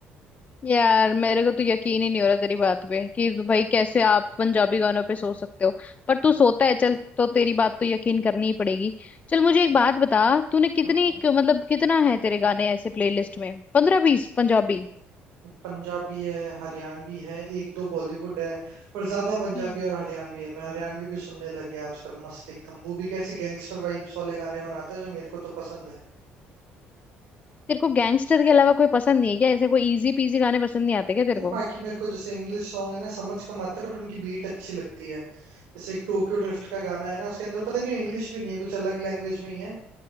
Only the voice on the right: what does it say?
हाँ,
पंजाबी है हरियाणवी है एक दो बॉलीवुड है पर ज्यादा पंजाबी
और हरियाणवी है मैं हरियाणवी भी सुनने लग गया आजकल मस्त एकदम वो भी कैसे गैंगस्टर वाइब्स वाले गाने बनाता है जो मेरे को तो पसंद है
नहीं बाकी
मेरे को जैसे इंग्लिश सॉन्ग है ना समझ कम आते बट उनकी बीट अच्छी लगती है जैसे एक टोक्यो ड्रिफ्ट का गाना है ना उसके अंदर पता नहीं इंग्लिश भी नहीं है कुछ अलग लैंग्वेज में ही है